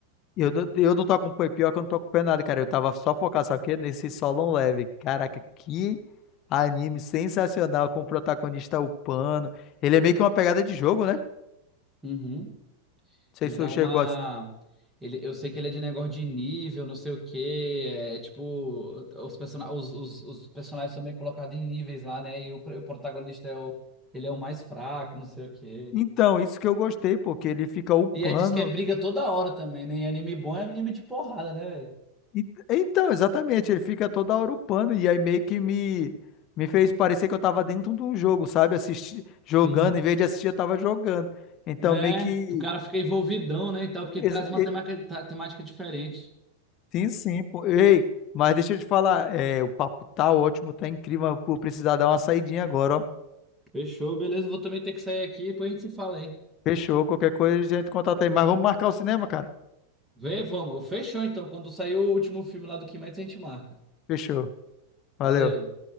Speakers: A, on the left; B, in the centre.
A: Eu, do- eu não tô acompanhando, pior que eu não tô acompanhando nada, cara. Eu tava só focado, sabe o quê? Nesse Solo Level. Caraca, que anime sensacional com o protagonista upando. Ele é meio que uma pegada de jogo, né? Não
B: Uhum.
A: sei
B: Ele
A: se
B: dá
A: tu chegou
B: uma.
A: a.
B: Ele, eu sei que ele é de negócio de nível, não sei o quê. É tipo, os, persona... os, os, os personagens são meio colocados em níveis lá, né? E o, pr- o protagonista é o. Ele é o mais fraco, não sei o quê.
A: Então, isso que eu gostei, porque ele fica upando.
B: E é, diz que é briga toda hora também, né? E anime bom é anime de porrada, né, velho?
A: E- Então, exatamente, ele fica toda hora upando. E aí meio que me, me fez parecer que eu tava dentro de um jogo, sabe? Assisti, jogando,
B: Sim.
A: em vez de assistir, eu tava jogando. Então,
B: É,
A: meio que.
B: o cara fica envolvidão, né, e tal, porque
A: ex-
B: traz uma
A: e-
B: temática, ta- temática diferente.
A: Sim, sim, pô. Ei, mas deixa eu te falar, é, o papo tá ótimo, tá incrível, mas eu vou precisar dar uma saidinha agora, ó.
B: Fechou, beleza, vou também ter que sair aqui, depois a gente se fala aí.
A: Fechou, qualquer coisa a gente contata aí. Mas vamos marcar o cinema, cara.
B: Vê, vamos. Fechou então, quando sair o último filme lá do Kimetsu, a gente marca.
A: Fechou. Valeu.
B: Valeu.